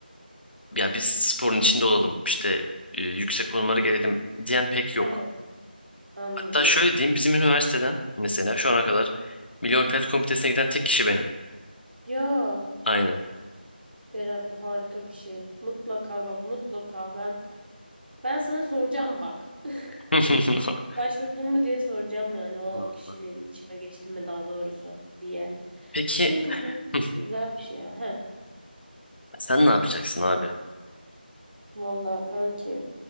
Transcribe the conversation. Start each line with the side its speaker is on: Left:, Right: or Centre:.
Left: ya biz sporun içinde olalım işte e, yüksek konumlara gelelim diyen pek yok.
Right: Aha, Anladım.
Left: Hatta şöyle diyeyim bizim üniversiteden mesela şu ana kadar Milli Olimpiyat Komitesi'ne giden tek kişi benim.
Right: Ya
Left: Aynen.
Right: Berat bu harika bir şey. Mutlaka bak mutlaka ben Ben sana soracağım bak. <laughs>
Left: <laughs>
Right: Başvurdun mu diye soracağım yani o
Left: Vallahi.
Right: kişiyle iletişime geçtim mi daha doğrusu diye.
Left: Peki
Right: Çünkü bu
Left: hı,
Right: güzel bir şey ya. Heh.
Left: sen ne yapacaksın abi?
Right: Vallahi kanki.